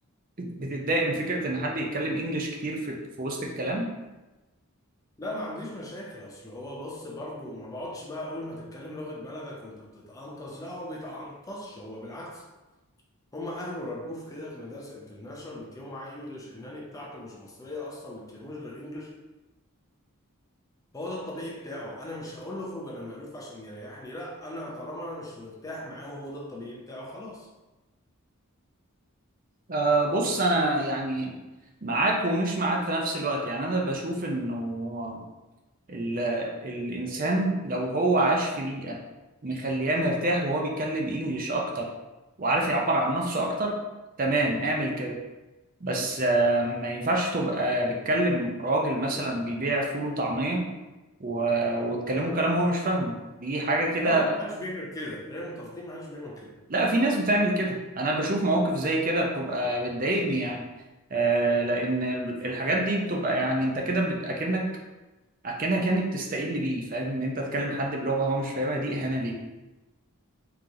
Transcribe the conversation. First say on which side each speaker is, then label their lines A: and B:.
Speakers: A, on the right; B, on the left.
A: بتتضايق من فكره ان حد يتكلم انجليش كتير في, في وسط الكلام
B: لا ما عنديش مشاكل اصل هو بص برضو ما بقعدش بقى اول ما تتكلم لغة بلدك وانت بتتقنطص لا هو ما بيتقنطصش هو بالعكس هم اهله ربوه في كده في مدارس انترناشونال بيتكلموا معاه انجلش الناني بتاعته مش مصريه اصلا ما بيتكلموش غير انجلش فهو ده الطبيعي بتاعه انا مش هقول له اخرج انا المألوف عشان يريحني لا انا طالما انا مش مرتاح معاه وهو ده الطبيعي بتاعه خلاص
A: أه بص أنا يعني معاك ومش معاك في نفس الوقت يعني أنا بشوف إنه ال... الإنسان لو هو عاش في بيئة مخلياه مرتاح وهو بيتكلم إنجليش أكتر وعارف يعبر عن نفسه أكتر تمام اعمل كده بس أه ما ينفعش تبقى بتكلم راجل مثلا بيبيع فول وطعمية و... وتكلمه كلام هو مش فاهمه دي حاجة كده
B: لا هو ما حدش بيعمل كده خلينا متفقين ما حدش بيعمل كده
A: لا في ناس بتعمل كده انا بشوف مواقف زي كده بتبقى بتضايقني يعني آه لان الحاجات دي بتبقى يعني انت كده بيبقى اكنك اكنك يعني بتستقل بيه فاهم ان انت تكلم حد بلغة هو مش فاهمها دي اهانة ليه